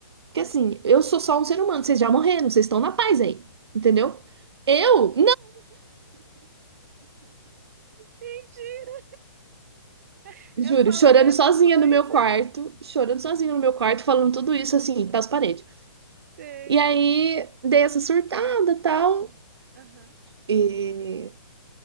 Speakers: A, on the right; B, on the right.
A: Porque assim, eu sou só um ser humano, vocês já morreram, vocês estão na paz aí, entendeu? Eu?
B: Mentira! <laughs>
A: Juro,
B: Eu falo
A: chorando
B: a mesma
A: sozinha
B: coisa.
A: no meu quarto, chorando sozinha no meu quarto, falando tudo isso assim, pras paredes.
B: Sei.
A: E aí dei essa surtada, tal,
B: Aham.
A: e